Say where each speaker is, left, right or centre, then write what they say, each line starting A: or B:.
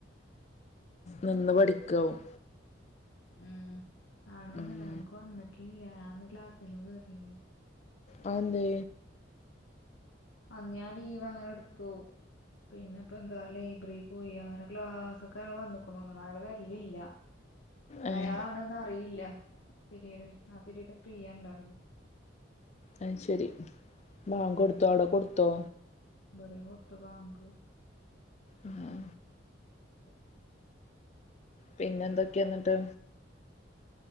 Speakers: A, on the left (about 35°); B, on the left (about 75°).
A: നിന്ന് പഠിക്കാവും
B: ഉം ആണോന്ന
A: ഉം
B: ഞങ്ങക്ക് വന്നിട്ടില്ല അന്ന് ക്ലാസ്സിലും കേറില്ല
A: അതന്തെ
B: അന്ന് ഞാൻ ലീവ് അങ്ങനെ എടുത്തു പിന്നെ ഇപ്പ എന്താ ലൈബ്രറി പോയി അങ്ങനെ ക്ലാസ്ക്കെ അ വന്നക്കണോന്ന അയാള് വരലിയില്ല
A: ഏഹ്
B: അയാളാണ്ന്ന് അറിയില്ല പിരീഡ് ആ പിരീഡ് ഫ്രീയാ ഉണ്ടാവലെ
A: അത് ശെരി മോൻ കൊടുത്തോ അടെ കൊടുത്തോ
B: ബടെയും കൊടുത്ത് ബാങ്ക്
A: ആഹ
B: <inaudible>
A: പിന്നെ എന്തൊക്കെയ എന്നിട്ട്